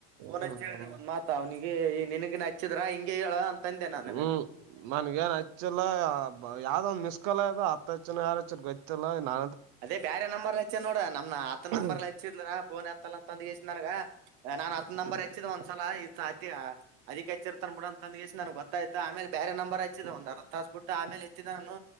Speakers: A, on the right; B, on the right.
A: ಫೋನ್ಚ್ಚ
B: ಹ್ಮ್
A: ಒ ಮಾತ ಅವನ ಈ ಈ ನಿನಗೆ ನಚ್ಚಿದ್ರ ಹಿಂಗಗೆ ಹೇಳ ಅಂತಂದೆ ನಾನ್
B: ಹ್ಮ್
A: ನಿನಗ
B: ಮನ್ಗೇನ್ ಹಚ್ಚಲ್ಲ ಯಾವ್ದ ಒ್ ಮಿಸ್ಕಲ ಇ ಅದು ಹಚ್ಚನ ಯಾರಚ್ಚ ಗೊತ್ತಿಲ್ಲ ನ
A: ಅದೇ ಬೇರೆ ನಂಬರ್ ಹಚ್ಚೇ ನೋಡ ನಮ್ ಆತನ
B: ಹಾ
A: ನಂಬರ್ಲ್ ಹಚ್ಚಿದ್ರಫೋನ್ ಹತ್ತಲ್ಲ ಅಂದಗೆಷ್ಟ ನನ್ಗ ನಾನ್ ಹತ್ ನಂಬರ್ ಹೆಚ್ಚಿದ್ ಒಂತ ಸಲ ಇತಿ ಅದಕ್ ಹಚ್ಚಿರ್ತಾನ ಬಿಡಂತ ತಂದ್ ನನ್ಗ್ ಗೊತ್ತಾಯ್ತ ಆೇಲೆ ಬೇರೆ ನಂಬರ್ ಹಚ್ಚಿದಿದೆ ಒಂದ್ರ್ ತಾಸ ಬಿಟ್ಟ ಆಮೇಲೆ ತ್ತಿದ್ದ ನಾನು